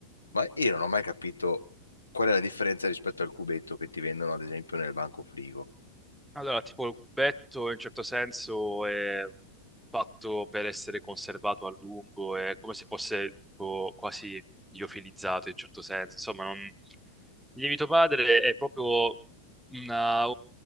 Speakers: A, on the left; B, in the centre.
A: Ma io non ho mai capito qual è la differenza rispetto al cubetto che ti vendono, ad esempio, nel banco frigo.
B: Allora, tipo il cubetto in un certo senso è fatto per essere conservato a lungo, è come se fosse tipo quasi liofilizzato in un certo senso. Insomma, non... il lievito padre è proprio una,